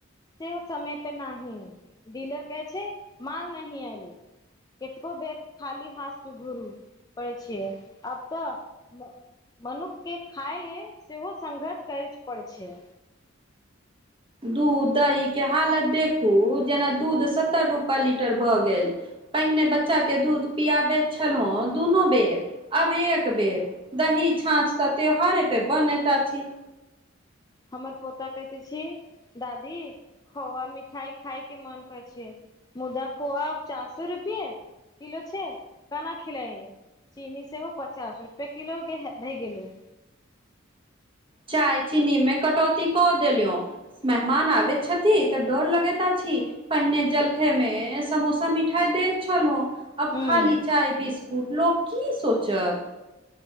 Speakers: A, on the left; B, on the right.
A: सेहो समय पे नाही डीलर कहै छै माल नहीं ऐले। केतको बेर खाली हाथ स गुरू पड़ै छिय आब तऽ मनुख के खाय ले सेहो संघर्ष कैच पड़ै छै।
B: दूध दही के हालत देखू जेना दूध सत्तर रुपए लीटर भऽ गेल। पहिने बच्चा के दूध पियाबैत छलहुँ दुनू बेर। अब एक बेर दही, छाँछ तऽ त्यौहारे पे बनेत अछि।
A: हमर पोता कहैत अछि दादी। खोआ मिठाइ खायके मन कर छै, मुदा खोआ आब चास रुपये। किलो छै काना खिलैइबे। चीनी सेहो पचास रुपैए किलोे भए गेलै।
B: चाय चीनी मे कटौती कऽ देलियौ। मेहमान आबैत छथि तऽ डर लगेत अछी। पहिने जलखेमे समोसा मिठाइ दैत छलहु। आब
A: हूँ
B: खाली चाय बिस्कुट लोक की सोचत।